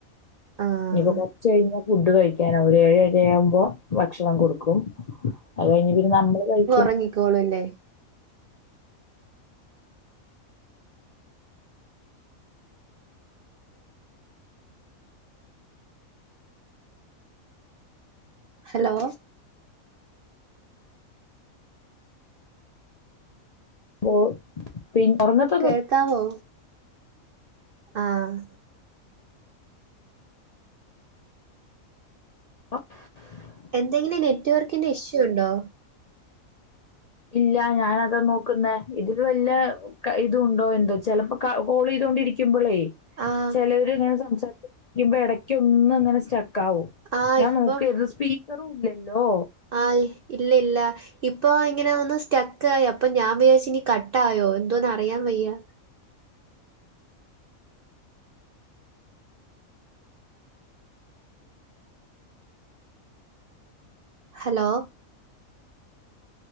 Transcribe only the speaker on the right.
ആഹ്
റങ്ങിക്കോളു അല്ലേ ഹലോ
കേക്കാവോ ആഹ്
എന്തെങ്കിലും നെറ്റ്‌വർക്കിന്റെ ഇഷ്യൂ ഉണ്ടോ
ആഹ്
ആഹ്
ഇപ്പം
ആഹ് ഇല്ല ഇല്ല ഇപ്പൊ ഇങ്ങനെ ഒന്ന് സ്റ്റക്കായി അപ്പൊ ഞാൻ വിചാരിച്ച് ഇനി കട്ടായോ എന്തോന്ന് അറിയാൻ വയ്യ ഹലോ